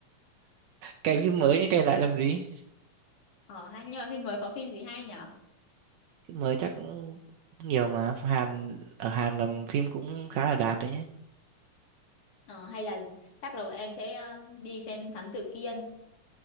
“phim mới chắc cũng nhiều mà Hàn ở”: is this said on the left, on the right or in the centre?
Right